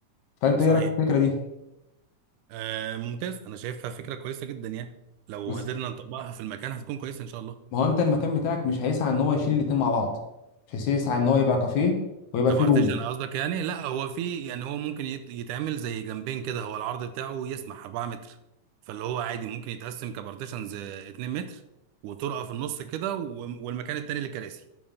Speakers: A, on the left; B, on the right.
A: فانت
B: صحيح
A: ايه رايك في الفكره دي
B: آه، ممتاز انا شايفها فكره كويسه جدا يعني لو
A: بس
B: قدرنا نطبقها في المكان هتكون كويسه ان شاء الله
A: ما هو انت المكان بتاعك مش هيسعى ان هو يشيل الاتنين مع بعض مش هيسعى ان هو يبقى كافيه ويبقى
B: طب
A: فيه
B: ارتيشن
A: روم
B: قصدك يعني لا هو في يعني هو ممكن يت- يتعمل زي جنبين كده هو العرض بتاعه يسمح 4 متر فاللي هو عادي ممكن يتقسم كبارتيشنز 2 متر وطرقه في النص كده و- والمكان التاني للكراسي